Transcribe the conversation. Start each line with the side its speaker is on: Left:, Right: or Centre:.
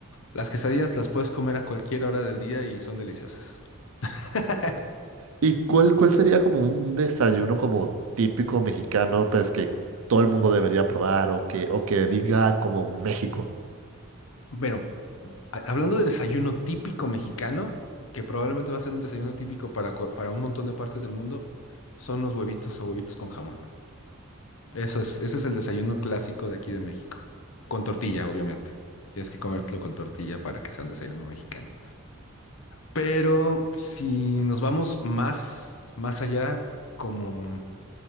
Left: Las quesadillas las puedes comer a cualquier hora del día y son deliciosas. <laughs>
Right: ¿Y cuál, cuál sería como un desayuno como típico mexicano, pues que todo el mundo debería probar o que, o que diga como México?
Left: Bueno, ha- hablando de desayuno típico mexicano, que probablemente va a ser un desayuno típico para, cua- para un montón de partes del mundo, son los huevitos o huevitos con jamón. Eso es, ese es el desayuno clásico de aquí de México. Con tortilla, obviamente. Tienes que comértelo con tortilla para que sea un desayuno mexicano. Pero si nos vamos más, más allá, como